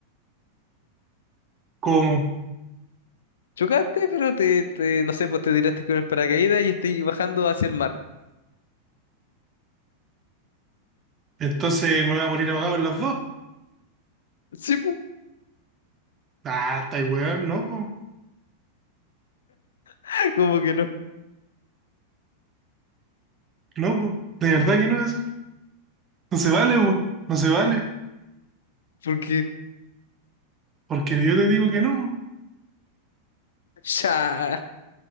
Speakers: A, on the right (about 25°); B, on the left (about 65°).
A: ¿Cómo?
B: Chocaste, pero te, te- no sé, pues te tiraste con el paracaídas y estoy bajando hacia el mar.
A: Entonces me voy a morir ahogado en las dos.
B: Sí, pues,
A: Ah, está weón, no, po.
B: <laughs> como que no,
A: No, po. De verdad que no es. No se vale, po. No se vale.
B: porque
A: Porque yo te digo que no.
B: ya,